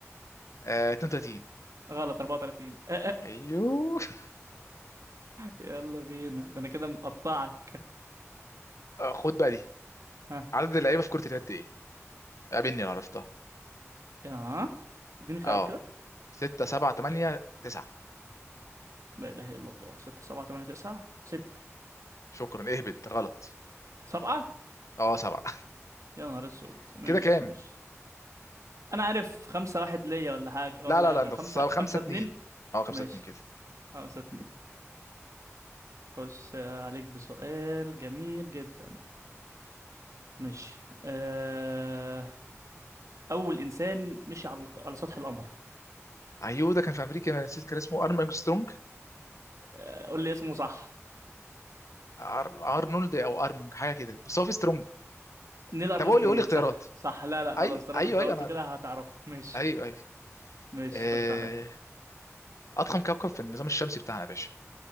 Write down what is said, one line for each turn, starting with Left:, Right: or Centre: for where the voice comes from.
Left: آه 32
Right: غلط 34 <laughs>
Left: ايوه <laughs>
Right: يلا بينا ده انا كده مقطعك
Left: آه، خد بقى دي
Right: <laughs> ها
Left: عدد اللعيبه في كره اليد ايه قابلني لو عرفتها
Right: يا اديني خيارات
Left: اه
Right: كده
Left: 6 7 8 9
Right: لا اله الا الله 6 7 8 9 6
Left: شكرا اهبط غلط
Right: 7
Left: اه 7
Right: يا نهار اسود
Left: <laughs>
Right: ماشي
Left: كده كام
Right: ماشي انا عارف 5 1 ليا ولا حاجه
Left: لا
Right: ولا
Left: لا لا انت
Right: 5
Left: 5
Right: 5
Left: 2
Right: 2
Left: اه 5
Right: ماشي
Left: 2 كده
Right: 5 2 خش آه، عليك بسؤال جميل جدا ماشي أه... اول انسان مشي على على سطح القمر
Left: ايوه ده كان في امريكا أنا نسيت كان اسمه ارمنج سترونج
Right: آه، قول لي اسمه صح
Left: أر... ارنولد او ارمونج حاجه كده بس هو في سترونج
Right: نيل ارمسترونج
Left: طب قول لي قول لي اختيارات
Right: صح صح لا لا خلاص
Left: ايوه
Right: طالما
Left: ايوه
Right: انت
Left: ايوه
Right: قلته
Left: انا
Right: كده
Left: كنت
Right: هتعرفه ماشي
Left: ايوه ايوه
Right: ماشي
Left: آه،
Right: خش عليا
Left: اضخم كوكب في النظام الشمسي بتاعنا يا باشا